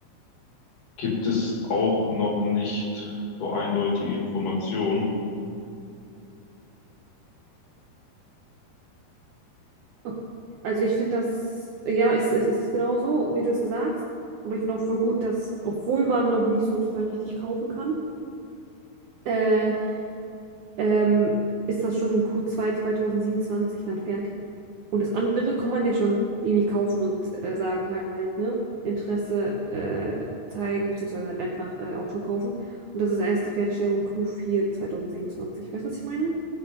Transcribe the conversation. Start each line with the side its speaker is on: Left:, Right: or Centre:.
Left: gibt es auch noch nicht so eindeutige Informationen.
Right: Ok. Also ich finde das, ja, es, es, es ist genau so wie du es gesagt hast. Aber ich finde auch voll gut, dass, obwohl man noch nicht sozusagen richtig kaufen kann, äh, ähm, ist das schon im Q2 2027 dann fertig. Und das andere kann man ja schon irgendwie kaufen und äh, sagen halt, ne? Interesse äh, zeigen, beziehungsweise halt einfach äh, auch schon kaufen. Und das ist erst die Fertigstellung im Q4 2027. Weißt du, was ich meine?